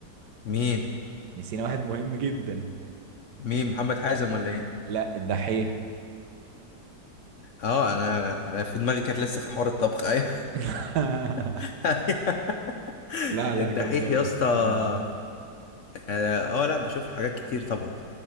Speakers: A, on the left (about 55°); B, on the right (about 75°).
A: مين
B: نسينا واحد مهم جدا
A: مين محمد حازم ولا ايه
B: لا الدحيح
A: اه انا انا في دماغي كانت لسه في حوار الطبخ ايوه
B: <laughs>
A: <laughs>
B: لا لا
A: الدحيح
B: كبلوجر
A: يا اسطى اه
B: اه
A: آه، لا بشوف الحاجات كتير طبعا